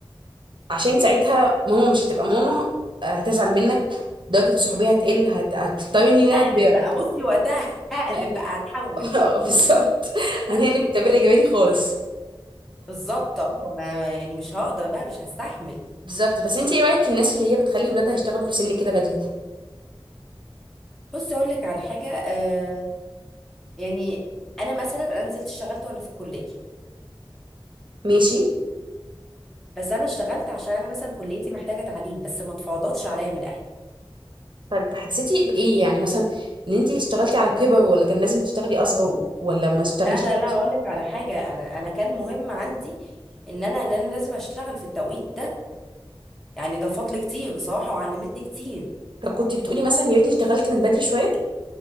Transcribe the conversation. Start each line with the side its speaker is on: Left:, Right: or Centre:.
Right: عشان ساعتها ماما مش هتبقى ماما آه، هتزعل منك درجه الصحوبيه هتقل هت... هتضطرني ان انا
Centre: هقلب
Right: كبيره
Centre: بقى بصي وقتها هقلب
Right: لا، اللي-
Centre: بقى هتحول
Right: <laughs> بالظبط هنقلب
Centre: <laughs>
Right: التربيه الايجابيه دي خالص
Centre: بالظبط اه ما يعني مش هقدر بقى مش هستحمل
Right: بالظبط بس انت ايه رايك في الناس اللي هي بتخلي ولادها يشتغلوا في سن كده بدري
Centre: بص اقول لك على حاجه آه، يعني انا مثلا انا نزلت اشتغلت وانا في الكليه
Right: ماشي
Centre: بس انا اشتغلت عشان انا مثلا كليتي محتاجه تعليم بس ما اتفاضتش عليا من اهلي
Right: طب حسيتي بايه يعني مثلا ان انت اشتغلتي على كبر ولا كان لازم تشتغلي اصغر ولا ما اشتغليش
Centre: لا لا
Right: خالص؟
Centre: لا هقول لك على حاجه انا انا كان مهم عندي ان انا ان انا لازم اشتغل في التوقيت ده يعني ضافت لي كتير بصراحه وعلمتني كتير
Right: طب كنت بتقولي مثلا يا ريتني اشتغلت من بدري شويه